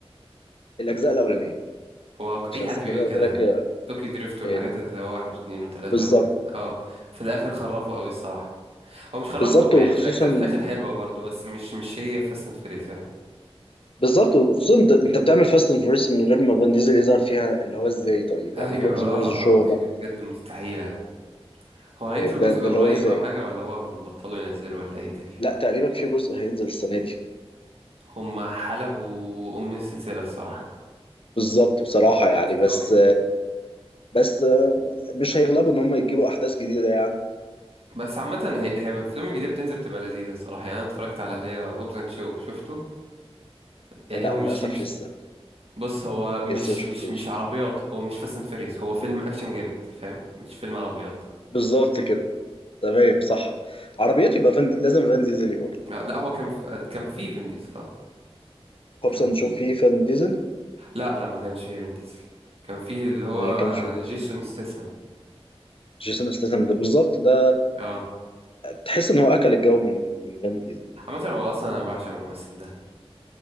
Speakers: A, on the left; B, on the right.
A: الاجزاء الاولانيه
B: هو
A: مش
B: اي
A: هصدقني
B: حد بيقول
A: لو
B: كده
A: قلت لك آه،
B: طوكيو دريفت والحاجات
A: ال-
B: اللي هو واحد واثنين وثلاثة
A: بالظبط
B: وكده اه في الاخر خرفوا قوي الصراحة هو مش خرفوا
A: بالظبط وخصوصا
B: يعني في الاجزاء في الاخر حلوة برضو بس مش مش هي فاست اند فيريوس
A: بالظبط وخصوصا انت أنت بتعمل فاست اند فيرس من غير ما فان ديزل يظهر فيها اللي هو ازاي طيب
B: ايوه
A: يعني هوبز
B: اه
A: فيرس شو
B: اه دي
A: ده
B: دي بجد مستحيلة هو هينزل
A: إيه ده
B: جزء
A: ده اللي
B: قريب
A: هو ازاي
B: او حاجة ولا هو خل- بطلوا ينزلوا ولا ايه الدنيا
A: لا تقريبا في جزء هينزل السنه دي
B: هما حلبوا ام السلسلة الصراحة
A: بالظبط بصراحه
B: يعني
A: يعني
B: مطت
A: بس
B: قوي
A: بس مش هيغلبوا ان هم يجيبوا احداث جديده يعني
B: بس عامة هي هي الافلام الجديدة بتنزل بتبقى لذيذة الصراحة يعني انا اتفرجت على اللي هي هوبز اند شو شفته يعني
A: لا
B: هو مش
A: للاسف
B: مش
A: لسه
B: بص هو مش
A: لسه مش
B: مش
A: شفتوش
B: مش عربيات هو مش فاست اند فيريس هو فيلم اكشن جامد فاهم مش فيلم عربيات
A: بالظبط كده تمام صح عربيات يبقى فن لازم فان ديزل يبقى
B: لا لا، هو كان في آه، كان في فين ديزل آه.
A: هوبس
B: كان
A: نشوف
B: في
A: فيه فان ديزل
B: لا لا ما كانش فيه فين ديزل كان في اللي
A: ما
B: هو
A: كانش موجود
B: جيسون
A: فيه
B: ستاثام
A: جيسون استاثام ده بالظبط ده
B: اه
A: تحس ان هو اكل الجو من من فان ديزل
B: عامة هو اصلا انا بعشق الممثل ده